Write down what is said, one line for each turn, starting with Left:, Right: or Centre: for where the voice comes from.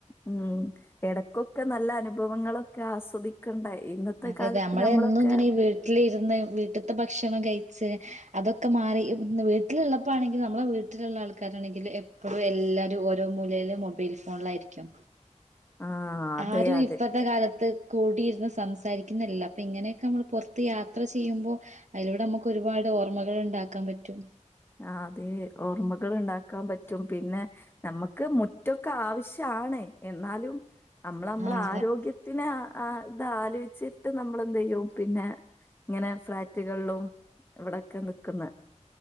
Left: ഉം എടക്കൊക്കെ നല്ല അനുഭവങ്ങളൊക്കെ ആസ്വദി ക്കണ്ട ഇന്നത്തെ
Right: അതെ
Left: കാലത്ത്
Right: അതെ നമ്മള്
Left: നമ്മളൊക്കെ
Right: എന്നും ഇങ്ങനെ ഈ വീട്ടിലിരുന്ന് വീട്ടിത്തെ ഭക്ഷണം കൈച്ച് അതൊക്കെ മാറി വീട്ടിലുള്ളപ്പോണെങ്കി നമ്മളെ വീ ട്ടിലുള്ള ആൾക്കാരാണെങ്കിൽ എപ്പോഴും എല്ലാരും ഓരോ മൂലയില് മൊബൈൽ ഫോണിലായിരിക്കും
Left: ആഹ് അതെ
Right: ആരു
Left: അതെ
Right: ഇപ്പത്തെ കാലത്ത് കൂടിയിരുന്ന് സംസാരിക്കുന്നില്ല അപ്പ ഇങ്ങനെയൊക്കെ നമ്മൾ പുറത്ത് യാത്ര ചെയ്യുമ്പോ അതിലൂടെ നമുക്ക്ഒരുപാട് ഓർമ്മകള് ഇണ്ടാക്കാൻ പറ്റും
Left: ആ അതെ ഓർമ്മകള് ഇണ്ടാക്കാൻ പറ്റും പിന്നെ നമുക്ക് മുറ്റക്കെ ആവശ്യാണ് എന്നാലും നമ്മള് നമ്മളെ
Right: ആ അതെ
Left: ആരോഗ്യത്തിന് ആ തലോചിച്ചിട്ട് നമ്മളെന്ത്യ്യും പിന്നെ ഇങ്ങനെ ഫ്ളാറ്റുകള്ലും ഇവിടൊക്കെ നിക്കുന്ന